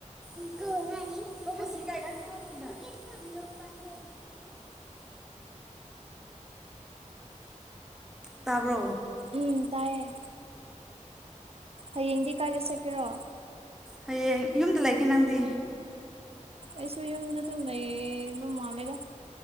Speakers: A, in the centre; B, on the right.
A: <unintelligible> ꯇꯥꯕ꯭ꯔꯣ
B: ꯎꯝ ꯇꯥꯏꯌꯦ ꯍꯌꯦꯡꯗꯤ ꯀꯥꯏꯗ ꯆꯠꯀꯦꯔꯣ
A: ꯍꯌꯦꯡ ꯌꯨꯝꯗ ꯂꯩꯒꯦ ꯅꯪꯗꯤ
B: ꯑꯩꯁꯨ ꯌꯨꯝꯗ ꯑꯗꯨꯝ ꯂꯩꯌꯦ ꯕ ꯃꯥꯜꯂꯦꯗ